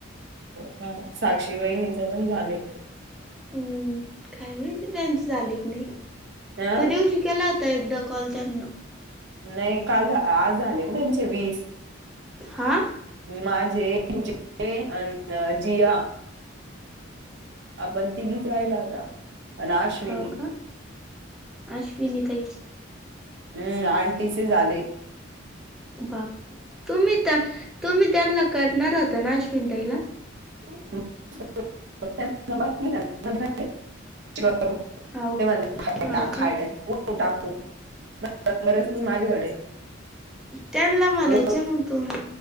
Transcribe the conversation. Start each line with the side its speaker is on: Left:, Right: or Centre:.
Right: हो का साक्षी वईणीच पण झाले.
Centre: हम्म काय माईती त्यांची झाले क नई त्या
Right: अ
Centre: दिवशी केला -ता एकदा कॉल त्यांना.
Right: नई काल झा आज झाले न त्यांचे वीस.
Centre: हा.
Right: माझे तुझे अन जिया आपण तीघीच राईलो आता. अन अश्विनी.
Centre: हाव का अश्विनी ताई
Right: हम्म आंटीचे झाले.
Centre: बाप तुमी त तुमी त्यांन्ला करणार होत्या न अश्विन ताईला.
Right: <inaudible> <unintelligible> <unintelligible>
Centre: हाव हाव का
Right: माझ्याकडे
Centre: त्यांना म्हणायचं
Right: रोज
Centre: ना, तुम्ही